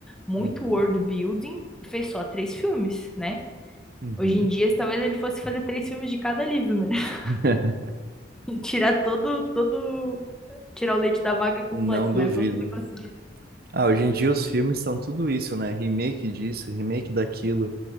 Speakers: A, in the centre; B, on the right.
A: muito
B: Uhum.
A: world building, e fez só três filmes, né?
B: Uhum.
A: Hoje em dia, talvez ele fosse fazer três filmes de cada livro, né? <laughs>
B: <laughs>
A: E tirar todo, todo, tirar o leite da vaca completo,
B: Não duvido.
A: né? Quando ele conseguir.
B: Ah, hoje em dia os filmes são tudo isso, né? Remake disso, remake daquilo.